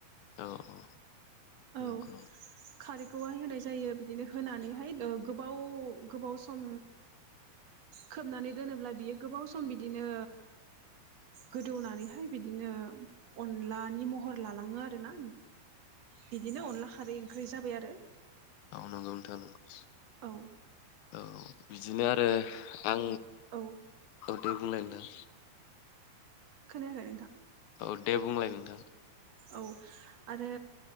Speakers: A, on the left; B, on the right.
A: औ औ।
B: औ
A: नंगौ नंगौ।
B: खारैखौहाय होनाय जायो। बिदिनो होनानैहाय गोबाव गोबाव सम खोबनानै दोनोब्ला बियो गोबाव सम बिदिनो गोदौनानैहाय बिदिनो अनलानि महर लालाङो आरोना। बिदिनो अनला खारै‌ ओंख्रि जाबाय आरो।
A: औ नंगौ नोंथां नंगौ‌
B: औ।
A: औ बिदिनो आरो आं
B: औ
A: नों बुंलाय नोंथां।
B: खोनायाखै नोंथां।
A: औ दे बुंलाय नोंथां।
B: औ आरो